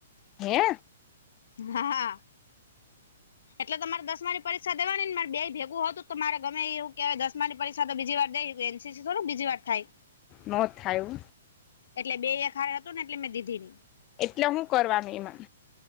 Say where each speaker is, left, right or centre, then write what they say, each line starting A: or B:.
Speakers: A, on the left; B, on the left.
A: હે
B: હા હા.
A: <inaudible>
B: એટલે તો મારે દસમાની પરીક્ષા દેવાની નેરે બે ભેગું હતું તો મારે ગમે એવું કેવાય દસમાની પરીક્ષા તો બીજી વાર દઈ ગય. સીસી થોડુ બીજી વાર થાય.
A: નો થાયુ.
B: એટલે બે એકખડ હતો ને એટલે મેં દીધી ની
A: એટલે હું કરવાનું એમાં